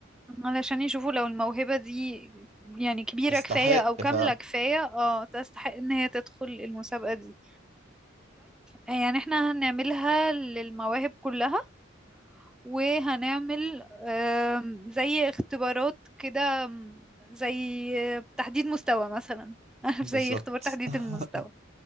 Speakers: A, in the centre; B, on the right.
A: علشان يشوفوا لو الموهبة دي يعني كبيرة
B: تستحق
A: كفاية او كاملة
B: فعلا
A: كفاية اه تستحق ان هي تدخل المسابقة دي يعني احنا هنعملها للمواهب كلها وهنعمل آم، زي اختبارات كده آم، زي آه، تحديد مستوى مثلا <laughs> عارف
B: بالظبط
A: زي اختبار تحديد
B: <laughs>
A: المستوى